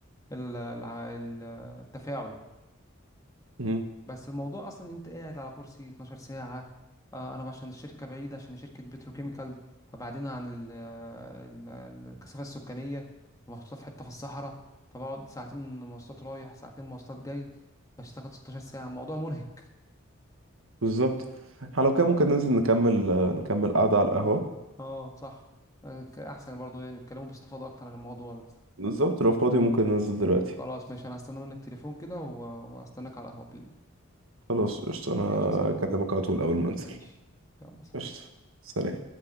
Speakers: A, on the left (about 15°); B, on the right (about 75°).
A: ال... الع- التفاعل
B: مهم.
A: بس الموضوع اصلا ان انت قاعد على كرسي 12 ساعه آه انا عشان الشركه بعيده عشان شركه بتروكيميكال فبعدين عن ال- آه، الم- الكثافه السكانيه ومحطوطه في حته في الصحراء فبقعد ساعتين مواصلات رايح ساعتين مواصلات جاي بشتغل 16 ساعه الموضوع مرهق
B: بالظبط احنا لو كان ممكن ننزل نكمل نكمل قعدة على القهوة
A: اه صح آه، ك- احسن برضو يعني نتكلموا باستفاضه اكتر عن الموضوع ده
B: بالظبط لو فاضي ممكن ننزل دلوقتي
A: خلاص ماشي انا هستنى منك تليفون كده و- وهستناك على القهوه بالليل
B: خلاص قشطة انا
A: ماشي يا صاحبي
B: اكلمك على طول اول ما انزل
A: ماشي يلا سلام
B: قشطة سلام